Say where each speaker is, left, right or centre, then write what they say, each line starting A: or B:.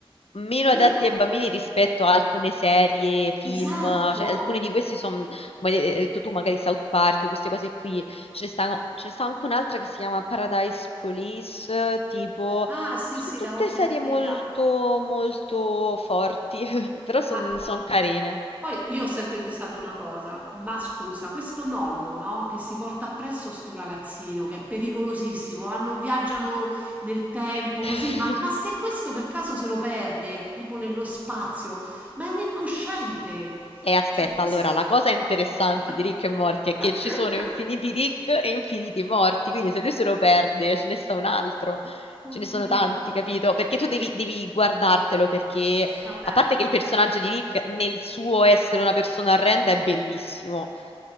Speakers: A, on the left (about 85°); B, on the right (about 15°).
A: meno adatti
B: Vero?
A: ai bambini rispetto a alcune serie, film,
B: Esatto.
A: cioè alcuni di questi sono, come hai detto tu, magari South Park, queste cose qui. Ce ne stanno, ce ne sta anche un'altra che si chiama Paradise Police, tipo,
B: Ah, sì,
A: sono
B: sì,
A: tutte
B: l'avevo sentita.
A: serie molto, molto forti, <laughs> però sono
B: Ma
A: carine.
B: Poi io ho sempre pensato una cosa, ma scusa, questo nonno, no, che si porta appresso sto ragazzino, che è pericolosissimo, vanno, viaggiano nel tempo così,
A: <laughs>
B: ma, ma se questo per caso se lo perde, tipo nello spazio, ma è un incosciente.
A: E aspetta,
B: Cioè, questo...
A: allora, la cosa interessante
B: <laughs>
A: di Rick e Morty è che ci sono infiniti Rick e infiniti morti, quindi se lui se lo perde ce ne sta un altro, ce
B: Oddio,
A: ne sono tanti, capito? Perché tu devi, devi guardartelo, perché
B: va bene.
A: a parte che il personaggio di Rick nel suo essere una persona orrenda è bellissimo,